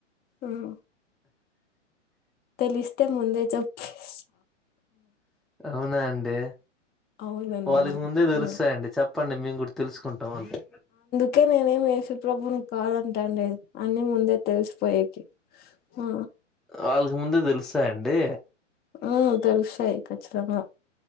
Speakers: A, on the left (about 25°); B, in the centre.
A: హ్మ్ఁ తెలిస్తే ముందే చెప్పేస్
B: అవునా అండి
A: అవునండి
B: వాళ్ళకి
A: మరి
B: ముందే దెలుసాయండి
A: ఉమ్.
B: చెప్పండి మేం గూడా తెల్సుకుంటాం అండి
A: కే మేమేం ఏసుప్రభువుని కాదంటాండి అన్నీ ముందే తెల్సిపోయేకి ఆ
B: వాళ్ళకి ముందే తెల్సయండి
A: ఉ తెలుసాయి కచ్చితం గా